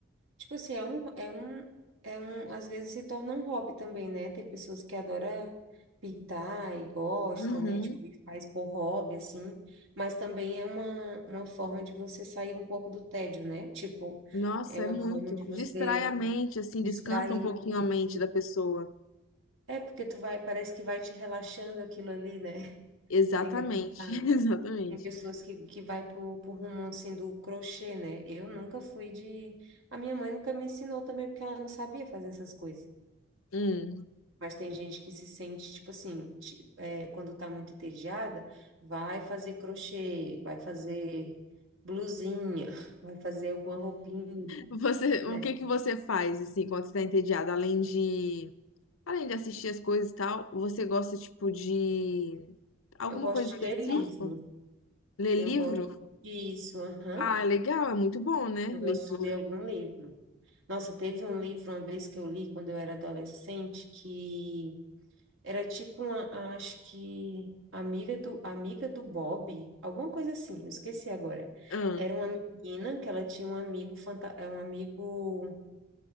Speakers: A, on the right (about 80°); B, on the left (about 80°).
A: tipo assim, é um é um é um, às vezes se torna um hobby também, né? Tem pessoas que adoram pintar e gosta,
B: Uhum.
A: né? Tipo, e faz por hobby assim, mas também é uma uma forma de você sair um pouco do tédio, né? Tipo,
B: Nossa,
A: é uma
B: é muito.
A: forma de você
B: Distrai a mente, assim,
A: distrair
B: descansa um pouquinho
A: e
B: a mente da pessoa.
A: é porque tu vai, parece que vai te relaxando aquilo ali, né?
B: Exatamente,
A: É engraçado.
B: <laughs> exatamente.
A: Tem pessoas que, que vai pro, pro rumo assim do crochê, né? Eu nunca fui de. A minha mãe nunca me ensinou também, porque ela não sabia fazer essas coisas.
B: Hum.
A: Mas tem gente que se sente, tipo assim, ti- é, quando tá muito entediada, vai fazer crochê, vai fazer blusinha, <laughs> vai fazer alguma roupinha,
B: Você,
A: né?
B: o que que você faz, assim, quando você tá entediado? Além de, além de assistir as coisas e tal, você gosta, tipo, de alguma
A: Eu gosto
B: coisa
A: de
B: específica?
A: ler livro.
B: Ler
A: Eu
B: livro?
A: gosto disso, aham.
B: Ah, legal, é muito bom, né?
A: Eu
B: Leitura.
A: gosto de ler algum livro. Nossa, teve um livro uma vez que eu li quando eu era adolescente que era tipo uma, acho que amiga do amiga do Bob, alguma coisa assim, eu esqueci agora.
B: Ah.
A: Era uma menina que ela tinha um amigo fanta, é um amigo,